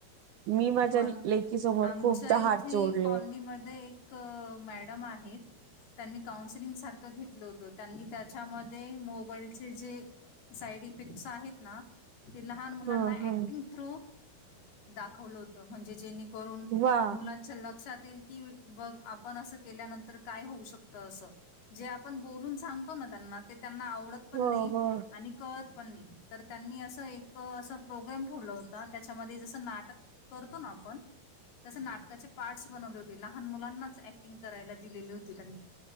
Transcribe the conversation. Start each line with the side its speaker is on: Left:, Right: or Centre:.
Right: मी माझ्या
Left: म
Right: लेकी समोर
Left: आमच्या
Right: खूपदा
Left: इथे
Right: हात जोडले
Left: कॉलनीमध्ये एक एक मॅडम आहेत. त्यांनी काउन्सलिंग सारखं घेतलं होत. त्यांनी त्याच्यामध्ये मोबाईलचे जे साईड इफेक्ट आहेत ना? ते लहान मुलांना
Right: हा हा
Left: ऍक्टिंग थ्रू दाखवलं होत म्हणजे जे करून
Right: वा
Left: मु <unintelligible> कि बघ आपण असं केल्यानंतर काय होऊ शकतं असं. जे आपण बोलून सांगतो ना त्यांना, ते त्यांना आवडत पण
Right: हो
Left: नाही
Right: हो
Left: आणि कळत पण नाही. तर त्यांनी असं एक असं प्रोग्रॅम ठेवलं होता. त्याच्यामध्ये जसं नाटक करतो ना आपण तसे नाटकाचे पार्टस बनवले होते. लहान मुलांनाच ऍक्टिंग करायला दिलेली होती त्यांनी.